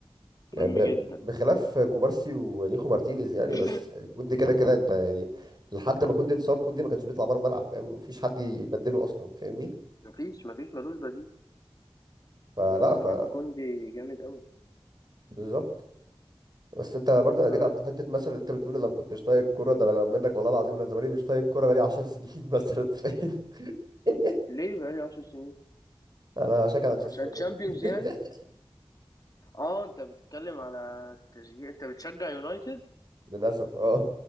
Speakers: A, on the right (about 45°); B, on the left (about 40°).
A: يعني
B: مهم
A: ب-
B: جدا
A: بخلاف كوبارسي ونيخو مارتينيز يعني
B: <coughs>
A: بس
B: <clears throat>
A: كوندي كده كده انت يعني لحد ما كوندي اتصاب كوندي ما كانش بيطلع بره الملعب فاهم مفيش حد يبدله اصلا فاهمني
B: مفيش مفيش ملوش بديل
A: فلا
B: لا الصراحه
A: ف
B: كوندي جامد قوي
A: بالظبط بس انت برضه جيت
B: طب
A: على حته
B: م.
A: مثلا انت بتقول انا ما كنتش طايق الكوره ده انا منك والله العظيم انا زماني مش طايق الكوره بقالي 10 سنين مثلا فاهم <laughs>
B: ليه بقالي 10 سنين
A: انا شجع مانشستر
B: عشان تشامبيونز
A: يونايتد
B: يعني اه انت بتتكلم على تشجيع انت بتشجع يونايتد
A: للأسف اه